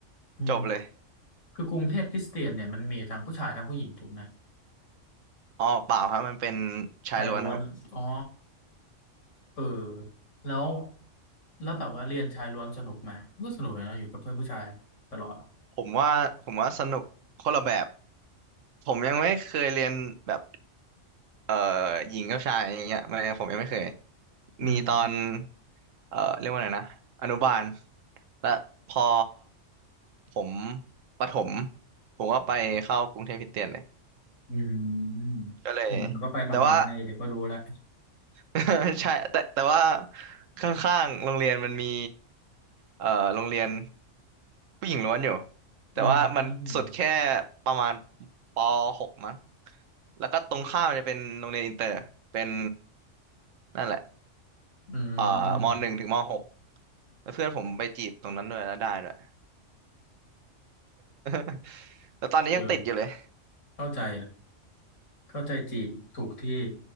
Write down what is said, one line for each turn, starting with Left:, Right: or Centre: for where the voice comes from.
Left: อืม
Right: จบเลย
Left: คือกรุงเทพคริสเตียนเนี่ยมันมีทั้งผู้ชายทั้งผู้หญิงถูกไหม
Right: อ๋อเปล่าครับมันเป็นชายล้วนครับ
Left: ชายล้วนอ๋อเออแล้วแล้วแบบว่าเรียนชายล้วนสนุกไหมก็สนุกนะอยู่กับเพื่อนผู้ชายตลอด
Right: ผมว่าผมว่าสนุกคนละแบบผมยังไม่เคยเรียนแบบเอ่อหญิงกับชายอย่างเงี้ยไม่ผมยังไม่เคย
Left: อืม
Right: มีตอนเอ่อเรียกว่าไงนะอนุบาลและพอผมประถมผมก็ไปเข้ากรุงเทพคริสเตียนเลย
Left: อืม
Right: ก็เลย
Left: อืมแล้วก็ไปมหาลัยเดี๋ยวก็รู้แล้ว
Right: แต่ว่า <laughs> ใช่แต่แต่ว่าข้างๆโรงเรียนมันมีเอ่อโรงเรียนผู้หญิงล้วนอยู่
Left: <laughs>
Right: แต่ว่ามันสุดแค่
Left: อืม
Right: ประมาณป .6 มั้งแล้วก็ตรงข้ามมันจะเป็นโรงเรียนอินเตอร์เป็นนั่นแหละ
Left: อื
Right: เอ่อม
Left: ม
Right: .1 ถึงม .6 แล้วเพื่อนผมไปจีบตรงนั้นด้วยแล้วได้ด้วย <laughs> แล้วตอนนี้ยังติดอยู่เลย
Left: เออเข้าใจนะเข้าใจจีบถูกที่